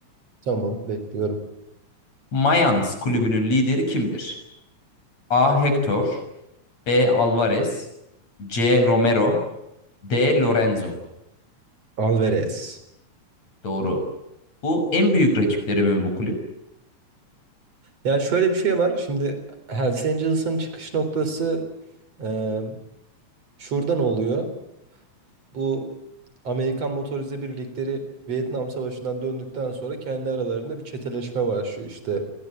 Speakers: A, on the right; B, on the left.
A: Tamam bekliyorum.
B: Mayans kulübünün lideri kimdir? A. Hector, B. Alvarez, C. Romero, D. Lorenzo.
A: Alvarez.
B: Doğru. Bu en büyük rakipleri mi bu kulüp?
A: Ya şöyle bir şey var şimdi Hells Angels'ın çıkış noktası e, şuradan oluyor. Bu Amerikan motorize birlikleri Vietnam Savaşı'ndan döndükten sonra kendi aralarında bir çeteleşme başlıyor. İşte